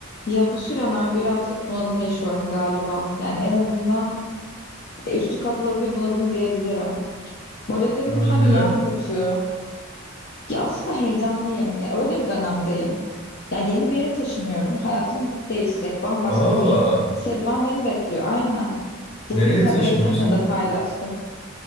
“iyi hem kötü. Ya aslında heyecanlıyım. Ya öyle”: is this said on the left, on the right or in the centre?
Left